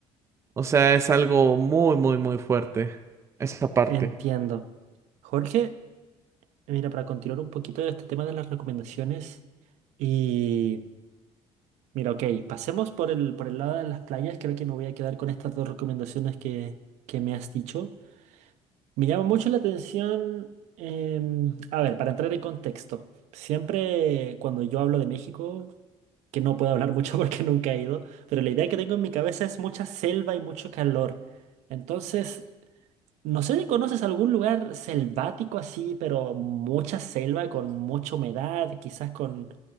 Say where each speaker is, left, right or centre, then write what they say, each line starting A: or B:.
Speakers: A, on the right; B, on the right.
A: O sea, es algo muy, muy, muy fuerte, esa parte.
B: Entiendo. Jorge. Mira, para continuar un poquito de este tema de las recomendaciones y mira, ok, pasemos por el, por el lado de las playas, creo que me voy a quedar con estas dos recomendaciones que, que me has dicho. Me llama mucho la atención, em, a ver, para entrar en contexto, siempre cuando yo hablo de México, que no puedo hablar mucho <laughs> porque nunca he ido, pero la idea que tengo en mi cabeza es mucha selva y mucho calor. Entonces, no sé si conoces algún lugar selvático así, pero mucha selva, con mucha humedad, quizás con,